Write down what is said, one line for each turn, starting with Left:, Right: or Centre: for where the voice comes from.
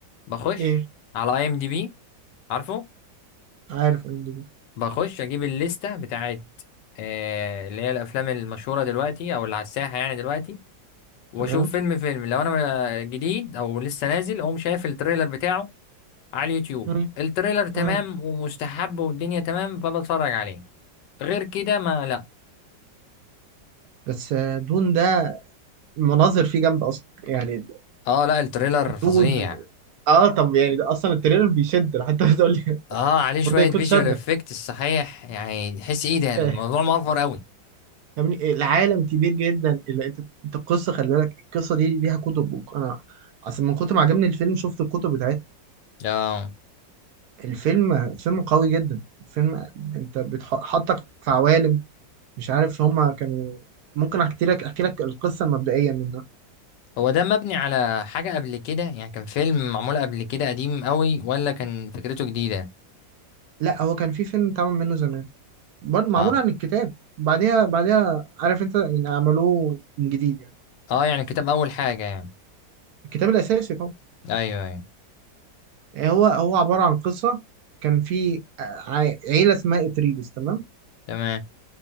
Left: بخش
Right: ايه
Left: على اي ام دي بي عارفه
Right: عارف ام دي بي
Left: بخش اجيب الليسته بتاعت آه اللي هي الافلام المشهوره دلوقتي او اللي على الساحه يعني دلوقتي واشوف
Right: تمام
Left: فيلم فيلم لو انا ما- جديد او لسه نازل اقوم شايف التريلر بتاعه على اليوتيوب
Right: مم،
Left: التريلر تمام
Right: مم.
Left: ومستحب والدنيا تمام فبتفرج عليه غير كده ما لا
Right: بس آه، دون ده المناظر فيه جامدة اصلا يعني
Left: اه لا التريلر
Right: الدود
Left: فظيع
Right: اه طب يعني ده اصلا التريلر بيشد راح انت بتقول لي <laughs>
Left: اه عليه
Right: المفروض
Left: شوية
Right: ده يكون
Left: فيجوال
Right: شد
Left: افكت صحيح يعني تحس ايه ده الموضوع
Right: آه،
Left: مأفور قوي
Right: يعني العالم كبير جدا اللي انت انت القصه خلي بالك القصه دي ليها كتب وك- انا اصل من كتر ما عجبني الفيلم شفت الكتب بتاعتها
Left: اه
Right: الفيلم فيلم قوي جدا الفيلم انت بتحطك في عوالم مش عارف هما كانوا ممكن احكي لك احكي لك القصه المبدئيه منها
Left: هو ده مبني على حاجة قبل كده يعني كان فيلم معمول قبل كده قديم قوي ولا كان فكرته جديدة
Right: لا هو كان في فيلم اتعمل منه زمان برضه معمول
Left: اه
Right: عن الكتاب بعديها بعديها عارف انت يعني عملوه من جديد يعني
Left: اه يعني كتاب اول حاجة يعني
Right: الكتاب الاساسي طبعا
Left: ايوه ايوه
Right: هو هو عباره عن قصه كان في ع- عيله اسمها اتريدس تمام
Left: تمام